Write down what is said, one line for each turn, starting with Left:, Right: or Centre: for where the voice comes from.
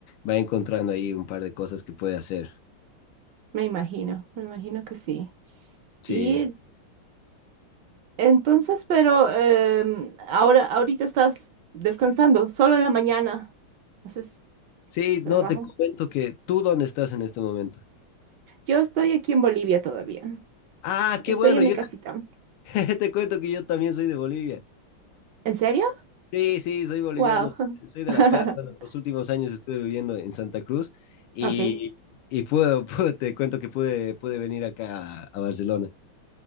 Left: va encontrando ahí un par de cosas que puede hacer.
Right: Me imagino, me imagino que sí.
Left: Sí,
Right: Y entonces, pero em, ahora, ahorita estás descansando, solo en la mañana haces
Left: sí,
Right: trabajo.
Left: no, te comento que tú dónde estás en este momento.
Right: Yo estoy aquí en Bolivia todavía.
Left: Ah, qué
Right: Estoy
Left: bueno,
Right: en
Left: yo
Right: mi casita.
Left: te, <laughs> te cuento que yo también soy de Bolivia.
Right: ¿En serio?
Left: Sí, sí, soy boliviano,
Right: Wow.
Left: soy de
Right: <laughs>
Left: La Paz. pero Los últimos años estuve viviendo en Santa Cruz y,
Right: Ok.
Left: y puedo, <laughs> puedo- te cuento que pude, pude venir acá a, a Barcelona.